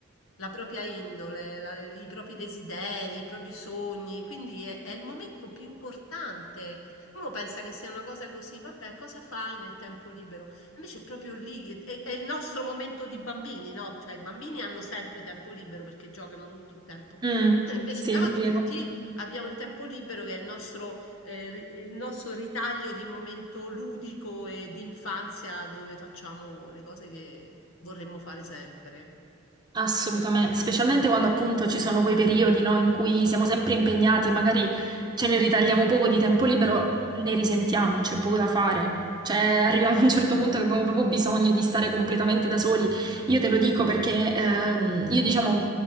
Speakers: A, on the left (about 75°); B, on the right (about 20°).
A: la propria indole, la- i propri desideri, i propri sogni. Quindi è, è il momento più importante. Uno pensa che sia una cosa così, vabbè, cosa fai nel tempo libero? Invece è proprio lì, è, è il nostro momento di bambini, no? Cioè i bambini hanno sempre tempo libero perché giocano tutto il tempo.
B: Mm,
A: Noi invece
B: sì,
A: da
B: è
A: adulti
B: vero.
A: abbiamo il tempo libero che è il nostro, eh, ri- il nostro ritaglio di momento ludico e di infanzia dove facciamo le cose che vorremmo fare sempre.
B: Assolutamente, specialmente quando appunto ci sono quei periodi, no, in cui siamo sempre impegnati e magari ce ne ritagliamo poco di tempo libero, ne risentiamo, c'è poco da fare. Cioè, <laughs> arriviamo a un certo punto che abbiamo proprio bisogno di stare completamente da soli. Io te lo dico perché ehm, io, diciamo,